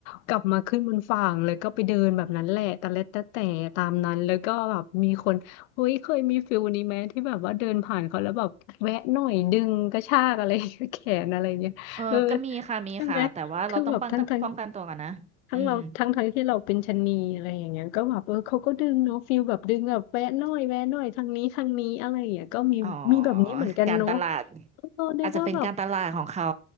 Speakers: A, on the left; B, on the right.
A: กลับมาขึ้นบนฝั่งเลยก็ไปเดินแบบนั้นแหละแตะเล็ดตะแต่ตามนั้นแล้วก็แบบมีคนเฮ้ยเคยมีฟิลนี้ไหมที่แบบว่าเดินผ่านเขาแล้วแบบแวะหน่อยดึงกระชากอะไร <laughs> แขนอะไรเงี้ยเออ
B: เออ ก็มีค่ะ มีค่ะ
A: ใช่ไหม
B: แต่ว่าเราต้องป้องกันป้องกันตัวกันนะอืม
A: คือแบบทั้งทั้งทั้งเราทั้งทั้งที่เราเป็นชะนีอะไรอย่างเงี้ยก็แบบเออเขาก็ดึงเนาะฟิลแบบดึงแบบแวะหน่อยแวะหน่อยทางนี้ทางนี้อะไรอย่างเงี้ยก็มีมีแบบนี้เหมือนกันเนาะ
B: อ๋อการตลาด
A: เออนึกว่าแบบ
B: อาจจะเป็นการตลาดของเขา